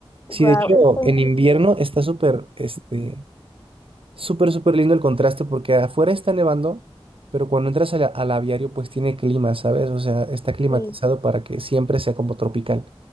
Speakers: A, on the left; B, on the right.
A: guau,
B: Sí, de hecho,
A: es increíble.
B: en invierno está súper, este, Súper, súper lindo el contraste porque afuera está nevando, pero cuando entras al, al aviario pues tiene clima, ¿sabes? O sea, está climatizado
A: Sí,
B: para que siempre sea como tropical.